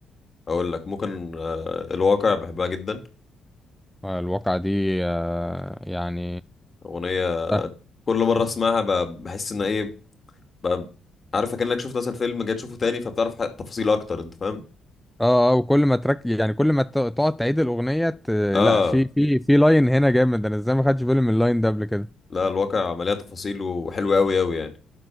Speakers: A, on the left; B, in the centre.
A: اقول لك ممكن آه الواقع بحبها جدا
B: آه الواقعة دي آه يعني
A: اغنيه
B: اه
A: كل مره اسمعها ب- بحس ان ايه بقى عارف كأنك شفت مثلا فيلم جاي تشوفه تاني فبتعرف ح- تفاصيل اكتر انت فاهم
B: اه وكل ما ترك يعني كل ما ت- تقعد تعيد الاغنية ت...
A: اه
B: لا في في في لاين هنا جامد انا ازاي ما خدتش بالي من اللاين ده قبل كده
A: لا الواقع مليان تفاصيل وحلوة قوي قوي يعني